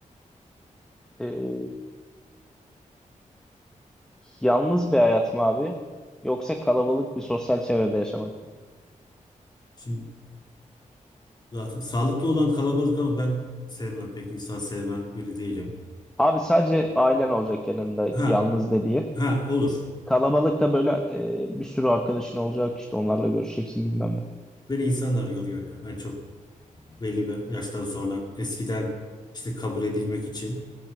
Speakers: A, in the centre; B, on the left.
A: E, Yalnız bir hayat mı abi? Yoksa kalabalık bir sosyal çevrede yaşamak mı?
B: Şimdi zaten sağlıklı olan kalabalık ama ben sevmem pek insan sevmem biri değilim.
A: Abi sadece ailen olacak yanında
B: Ha
A: yalnız dediği.
B: Ha olur.
A: Kalabalıkta böyle e, bir sürü arkadaşın olacak işte onlarla görüşeceksin bilmem ne.
B: Beni insanlar yoruyor ya. Ben çok belli bir yaştan sonra eskiden işte kabul edilmek için